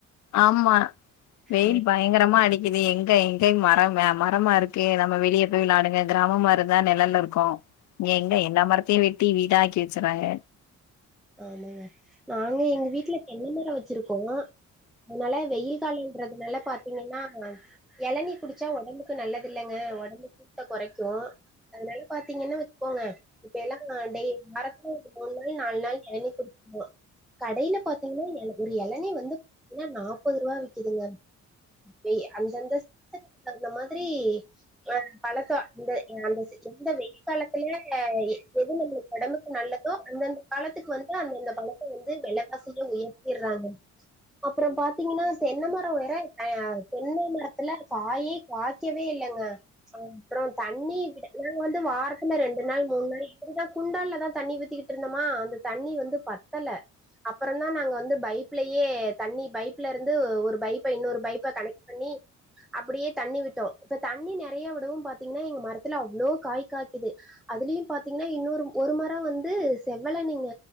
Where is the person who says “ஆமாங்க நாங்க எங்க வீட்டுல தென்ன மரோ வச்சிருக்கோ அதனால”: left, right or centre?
Centre